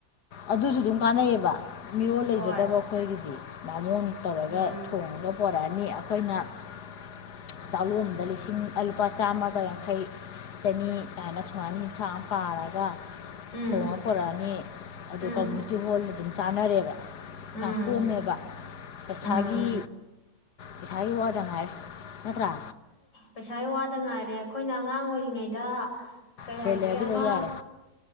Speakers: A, on the left; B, on the left.
A: ꯑꯗꯨꯁꯨ ꯑꯗꯨꯝ ꯀꯥꯟꯅꯩꯌꯦꯕ ꯃꯤꯔꯣꯜ ꯂꯩꯖꯗꯕ
B: ꯍꯣꯏ
A: ꯑꯩꯈꯣꯏꯒꯤꯗꯤ ꯃꯃꯣꯟ ꯇꯧꯔꯒ
B: ꯎꯝ
A: ꯊꯣꯡꯉꯕ ꯄꯣꯔꯛꯑꯅꯤ ꯑꯩꯈꯣꯏꯅ <unintelligible> <inaudible> ꯗ ꯂꯤꯁꯤꯡ ꯂꯨꯄꯥ ꯆꯥꯝꯃꯒ ꯌꯥꯡꯈꯩ ꯆꯅꯤ ꯍꯥꯏꯅ ꯁꯨꯃꯥꯏꯅ ꯌꯦꯟꯁꯥꯡ ꯑꯃ ꯄꯥꯔꯒ
B: ꯎꯝ
A: ꯊꯣꯡꯉ ꯄꯨꯣꯔꯛꯑꯅꯤ ꯑꯗꯨ
B: ꯎꯝ
A: ꯀꯝꯃꯨꯅꯤꯇꯤ ꯍꯣꯜꯗ ꯑꯗꯨꯝ ꯆꯥꯅꯔꯦꯕ
B: ꯎꯝ
A: ꯌꯥꯝ ꯀꯣꯝꯃꯦꯕ ꯄꯩꯁꯥꯒꯤ
B: ꯎꯝ
A: ꯄꯩꯁꯥꯒꯤ ꯋꯥꯗ ꯍꯥꯏ ꯅꯠꯇ꯭ꯔꯥ
B: ꯄꯩꯁꯥ ꯋꯥꯗ ꯉꯥꯏꯔꯦ ꯑꯩꯈꯣꯏꯅ ꯑꯉꯥꯡ ꯑꯣꯏꯔꯤꯉꯩꯗ ꯀꯩ
A: ꯁꯦꯜ
B: ꯍꯥꯏꯒꯦ
A: ꯂꯩꯔꯗꯤ
B: ꯑꯃ
A: ꯂꯣꯏ ꯌꯥꯔꯦ